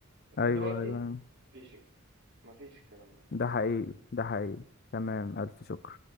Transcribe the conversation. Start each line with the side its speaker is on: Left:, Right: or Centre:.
Right: لكن
Left: ايوه
Right: دلوقتي
Left: ايوه
Right: مفيش مفيش الكلام ده
Left: ده حقيقي ده حقيقي تمام الف شكر